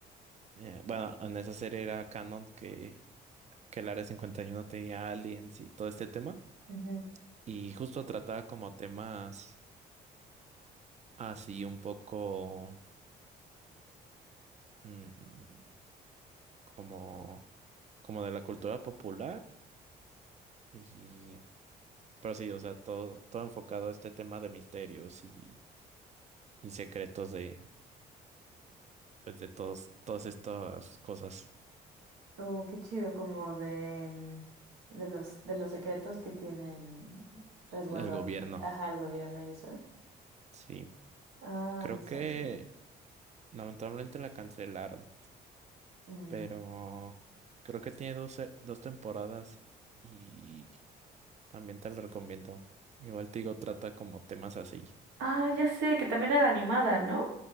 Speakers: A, on the right (about 35°); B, on the right (about 85°).
A: Eh, bueno, en esa serie era canon que, que el Área cincuenta y uno tenía aliens y todo este tema.
B: Ujú.
A: Y justo trataba como temas así un poco mm, como, como de la cultura popular. Y, pero sí, o sea, todo, todo enfocado a este tema de misterios y, y secretos de, pues, de todos, todas estas cosas
B: Oh, qué chido, como de, mm, de los, de los secretos que tienen resguardados,
A: del gobierno.
B: ajá, el gobierno y eso.
A: Sí,
B: Ah,
A: creo
B: exacto.
A: que lamentablemente la cancelaron.
B: Mm.
A: pero creo que tiene dos, se- dos temporadas y también te lo recomiendo. Igual te digo, trata como temas así.
B: Ah, ya sé, que también era animada, ¿no?